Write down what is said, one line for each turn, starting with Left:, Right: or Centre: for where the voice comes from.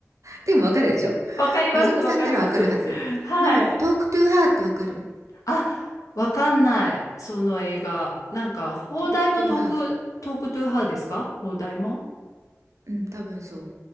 Right: でもわかるでしょ
Left: わかります、
Right: のぞみさんならわかるはずの「トークトゥーハー」ってわかる
Left: わかります。はい。あ、わかんない、その映画。なんか、邦題もトーク、
Right: トークトゥーハー。
Left: トークトゥーハーですか邦題も。
Right: うん、多分そう。